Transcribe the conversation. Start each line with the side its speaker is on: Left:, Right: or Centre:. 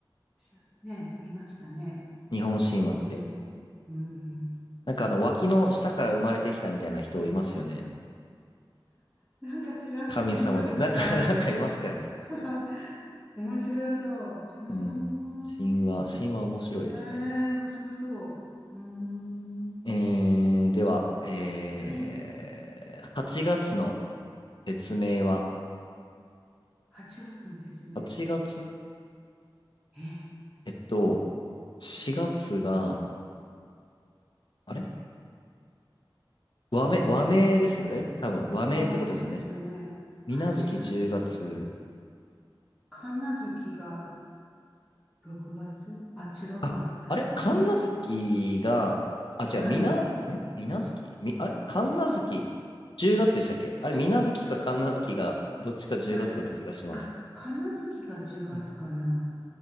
Centre: しね、いましたね。
Left: 日本神話って。
Centre: うん、うん。
Left: なんかあの、脇の下から生まれてきたみたいな人いますよね。
Centre: なんかちらっと聞いたことがある。
Left: 神様で。なんか、<laughs> なんかいましたよね。
Centre: <laughs> 面白そう。うーん。
Left: うん。神話、神話面白いですね。
Centre: ええ、面白そう。うーん。
Left: えー、では、えー、
Centre: はい。
Left: 8月の別名は、
Centre: 8月の別名。
Left: 8月
Centre: え
Left: えっと、4月が、あれ和名、和名ですよね。多分、和名ってことですよね。
Centre: 和名ですよね。
Left: 水無月10月、
Centre: 8月。神無月が6月あ、違うか。
Left: あ、あれ神無月が、
Centre: え
Left: あ、違う、
Centre: はい。
Left: みな、ん水無月み、あれ神無月10月でしたっけあれ、水無月か神無月が、どっちか10月だった気がします。
Centre: はい。あ、神無月が10月かな。
Left: うん